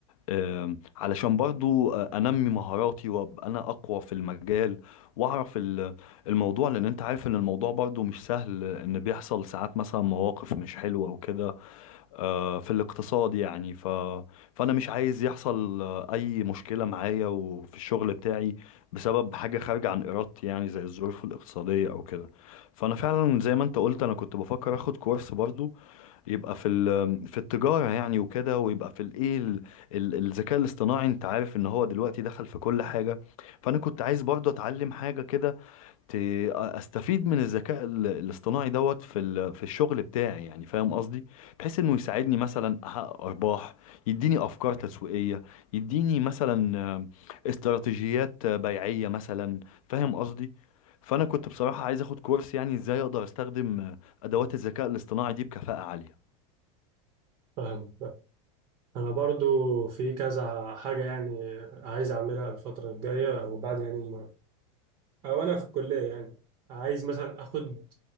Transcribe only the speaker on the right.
فاهمك لا. انا برضو في كذا حاجة يعني عايز اعملها الفترة الجاية وبعد يعني او انا في الكليه يعني عايز مثلا اخد